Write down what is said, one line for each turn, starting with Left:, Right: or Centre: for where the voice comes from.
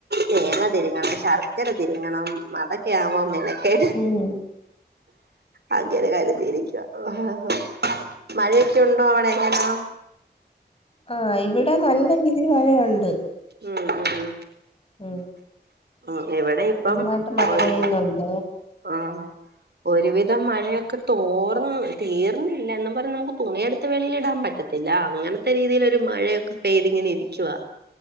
Right: തേങ്ങാ തി രങ്ങണം ശർക്ക ക്കര തിരുങ്ങണം മതൊക്കെ ആവുമ്പോ മെനക്കേട്.
Left: ഉം
Right: അങ്ങന കരുതിയിരിക്കുവ ഹ് ഹ് മഴയൊക്കെ ഉണ്ടോ അവിടെ എങ്ങനാ
Left: ആഹ ഇവിടെ നല്ല രീതിയിൽ മഴയുണ്ട്.
Right: ഉം ഉം ഉം
Left: ഉം
Right: ഉം ഇവിടെ ഇപ്പം
Left: നന്നായിട്ട് മഴ
Right: ഒരു
Left: പെയ്യുന്നുണ്ട്
Right: ആ ഒരുവിധം മഴയൊക്കെ തോർന്ന് തീർന്നില്ല എന്നും പറഞ്ഞ നമുക്ക് തുണിയെടുത്ത വെളിയിൽ ഇടാൻ പറ്റത്തി <unintelligible> ത്ത രീതിൽ ഒരു മഴയൊക്കെ പെയ്തിങ്ങനെ ഇരിക്കവാ